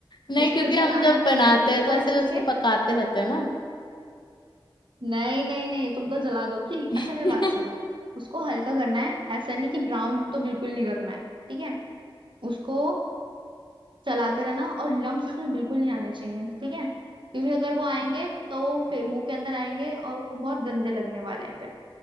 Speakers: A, on the left; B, on the right.
A: नहीं
B: उसको
A: क्योंकि हम
B: जलाना
A: जब
B: नहीं
A: बनाते
B: है
A: हैं
B: उसको
A: तो
B: अच्छे
A: ऐसे
B: से
A: उसको पकाते रहते हैं ना
B: नहीं नहीं नहीं तुम तो जला दोगी
A: <laughs>
B: अच्छा मेरी बात सुनो उसको हल्का करना है ऐसा नहीं कि ब्राउन तो बिल्कुल नहीं करना है ठीक है उसको चलाते रहना और लम्स उसमें बिल्कुल नहीं आने चाहिए ठीक है क्योंकि अगर वो आएंगे तो वो फिर मुंह के अंदर आएंगे और वो बहुत गंदे लगने वाले हैं फिर